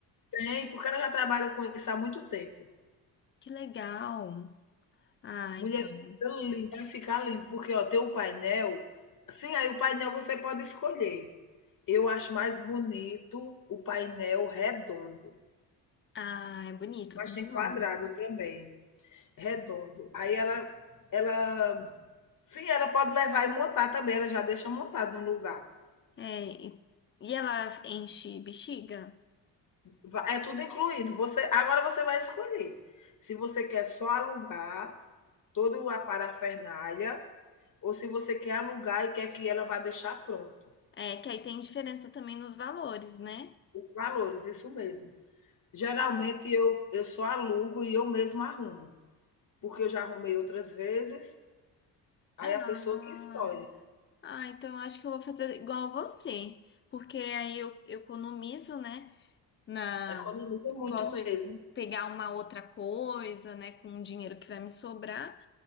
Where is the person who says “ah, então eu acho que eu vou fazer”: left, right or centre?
Left